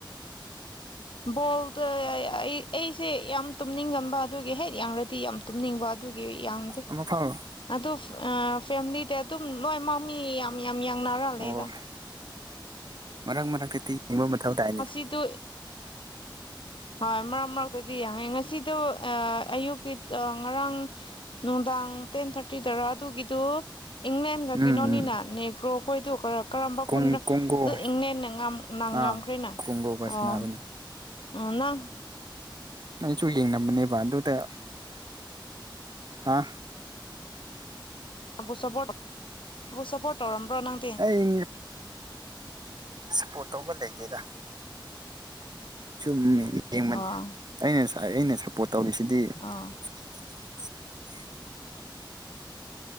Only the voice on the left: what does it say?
ꯕꯣꯜꯗ ꯑꯩ ꯑꯩꯁꯦ ꯌꯥꯝ ꯇꯨꯝꯅꯤꯡꯉꯝꯕ ꯑꯗꯨꯒꯤ ꯍꯦꯛ ꯌꯥꯡꯔꯗꯤ ꯌꯥꯝ ꯇꯨꯝꯅꯤꯡꯕ ꯌꯥꯡꯗꯦ
ꯑꯗꯨ ꯐꯦꯂꯤ ꯑꯗꯨꯝ ꯂꯣꯏꯃꯛꯃꯤ ꯌꯥꯝꯌꯥꯡ ꯅꯥꯔꯥ
ꯂꯦꯗ
ꯁꯤꯗ ꯍꯣꯏ ꯃꯔꯛ ꯃꯔꯛꯇꯗꯤ ꯌꯥꯡꯉ ꯉꯁꯤꯗꯣ ꯑꯌꯨꯛꯀꯤ ꯉꯔꯥꯡ ꯅꯨꯡꯗꯥꯡ ꯇꯦꯟ ꯊꯥꯔꯇꯤꯗꯔ ꯑꯗꯨꯒꯤꯗꯨ ꯏꯪꯂꯦꯟꯒ
ꯀꯩꯅꯣꯅꯤꯅ
ꯅꯦꯒ꯭ꯔꯣ ꯍꯣꯏꯗꯨ ꯀꯔꯞ ꯀꯔꯝꯕ
ꯈꯨꯟꯗꯗꯣ
ꯏꯪꯂꯦꯟꯅ ꯉꯝ
ꯉꯈ꯭ꯔꯦꯅ
ꯑꯣ
ꯑꯅ
ꯕꯨ ꯁꯄꯠ ꯕꯨ ꯁꯄꯠ ꯇꯔꯝꯕ ꯅꯪ
ꯑꯣ
ꯑꯥ